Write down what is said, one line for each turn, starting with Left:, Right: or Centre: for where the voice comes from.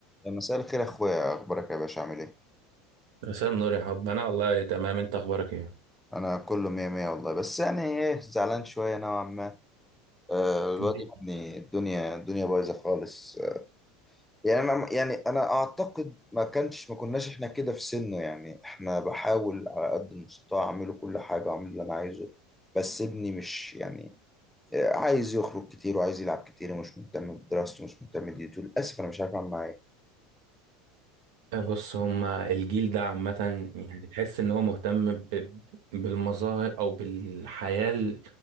Centre: مساء الخير يا اخويا اخبارك يا باشا عامل ايه
Right: مساء النور يا حب انا والله تمام انت اخبارك ايه
Centre: انا كله مية مية والله بس يعني ايه زعلان شوية نوعا ما آه، الواد
Right: الجيل-
Centre: ابني الدنيا الدنيا بايظة خالص آه، يعني انا يعني انا اعتقد ما كانش ما كناش احنا كده في سنه يعني احنا بحاول على قد المستطاع اعمله كل حاجة واعمل اللي انا عايزه بس ابني مش يعني آه، عايز يخرج كتير وعايز يلعب كتير ومش مهتم بدراسته ومش مهتم بديته للاسف انا مش عارف اعمل معاه إيه.
Right: بص هما الجيل ده عامة يعني تحس ان هو مهتم ب... بالمظاهر او بالحياة